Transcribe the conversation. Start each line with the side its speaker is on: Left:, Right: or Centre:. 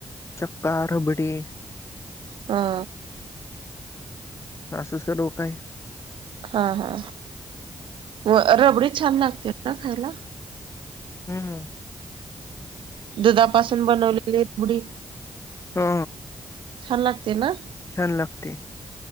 Left: चक्का, रबडी.
Right: हा.
Left: असं सर्व आहे.
Right: हा हा व अ रबडी छान लागते का खायला.
Left: हम हम.
Right: दुधापासून बनवलेली रबडी. <inaudible>
Left: हो.
Right: छान लागते ना?
Left: छान लागते.